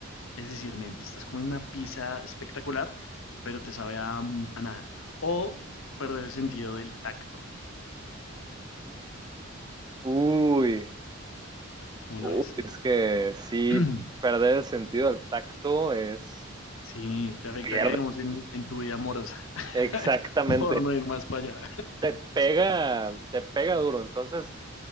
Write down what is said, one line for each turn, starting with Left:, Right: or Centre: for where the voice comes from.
Left: Es decir, men, te estás comiendo una pizza espectacular, pero te sabe a, mm, a nada. O perder el sentido del tacto,
Right: Uy,
Left: ¿cómo
Right: uy,
Left: la ves?
Right: es que sí,
Left: <clears throat>
Right: perder el sentido del tacto es,
Left: Sí, te afectaría,
Right: pierde,
Left: digamos, en, en tu vida amorosa, <laughs>
Right: exactamente,
Left: por no ir más para allá.
Right: te pega, te pega duro. Entonces,